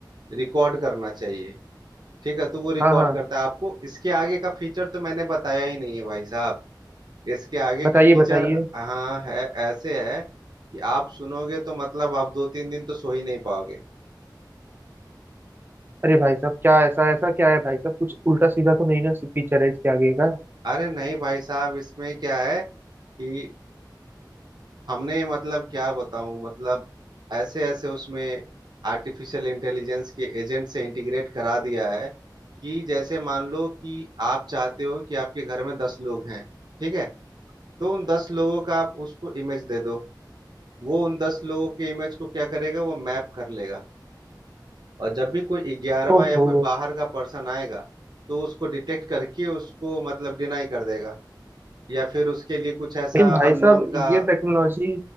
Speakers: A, on the right; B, on the right.
A: रिकॉर्ड करना चाहिए ठीक है तो वो रिकॉर्ड
B: हाँ हाँ
A: करता है आपको इसके आगे का फीचर तो मैंने बताया ही नहीं है भाई साहब इसके आगे
B: बताइए
A: के फीचर
B: बताइए
A: हाँ है ऐसे है कि आप सुनोगे तो मतलब आप दो तीन दिन तो सो ही नहीं पाओगे
B: अरे भाई साहब क्या ऐसा ऐसा क्या है भाई साहब कुछ उल्टा सीधा तो नहीं ना फीचर है इसके आगे का
A: अरे नहीं भाई साहब इसमें क्या है कि हमने मतलब क्या बताऊं मतलब ऐसे ऐसे उसमें आर्टिफिशियल इंटेलिजेंस के एजेंट से इंटीग्रेट करा दिया है कि जैसे मान लो कि आप चाहते हो कि आपके घर में दस लोग हैं ठीक है तो उन दस लोगों का आप उसको इमेज दे दो वो उन दस लोगों के इमेज को क्या करेगा वो मैप कर लेगा और जब भी कोई ग्यारहवा
B: ओहो
A: या कोई बाहर का पर्सन आएगा तो उसको डिटेक्ट करके उसको मतलब डिनाई कर देगा या फिर उसके लिए कुछ ऐसा
B: लेकिन भाई
A: अननोन
B: साहब
A: का
B: ये टेक्नोलॉजी